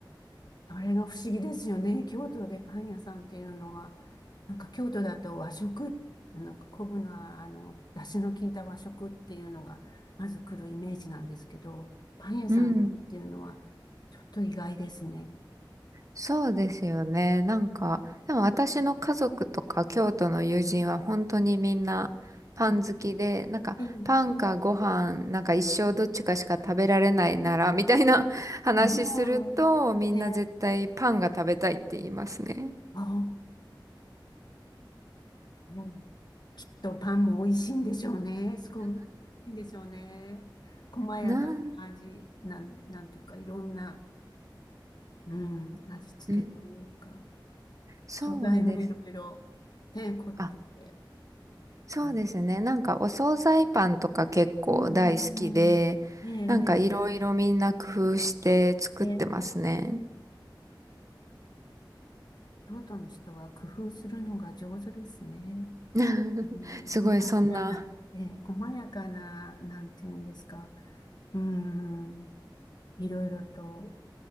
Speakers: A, on the left; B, on the right.
A: あれが不思議ですよね。京都でパン屋さんっていうのは、なんか京都だと和食、なんか昆布のあの、出汁の効いた和食っていうのが、まず来るイメージなんですけど、パン屋さんが多いっていうのは、
B: うん。
A: ちょっと意外ですね。
B: そうですよね。なんか、でも私の家族とか京都の友人は本当にみんなパン好きで、
A: はい。
B: なんかパンかご飯、
A: ええ、
B: なんか一生どっちかしか食べられないなら、みたいな <laughs> 話すると、
A: ああ、
B: みんな絶対パンが食べたいって言いますね。
A: ええ、ああ、うんと、パンも美味しいんでしょうね。すごい美味しいんでしょうね。細やかな味、
B: なん、
A: なん、なんていうか、いろんな、うん、味付けというか、
B: うんそうです。
A: 素材もいろいろ、ね、凝ってて。
B: あ、そうですね。
A: うん、
B: なんかお惣菜パンとか結構大好きで、
A: うん、うん。うんええ、
B: なんかいろいろみんな工夫して作ってますね。
A: ええ、京都の人は工夫するのが上手ですね。
B: <laughs>
A: うん、
B: すごいそんな
A: 細やかな、ええ、細やかな、なんていうんですか。うん。いろいろと